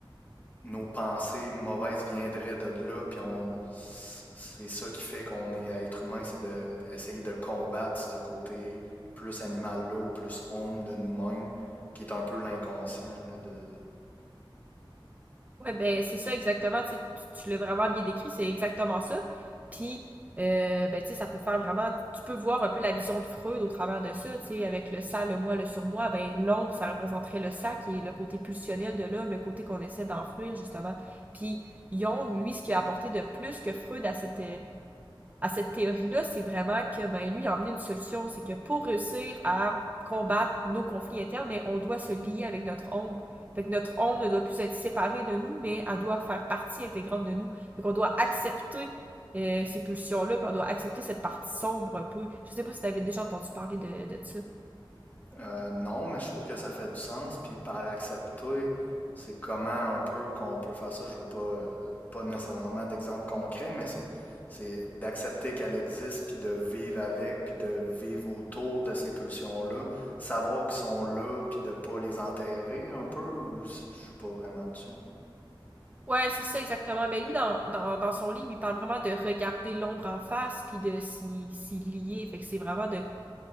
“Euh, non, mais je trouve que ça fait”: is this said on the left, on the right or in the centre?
Left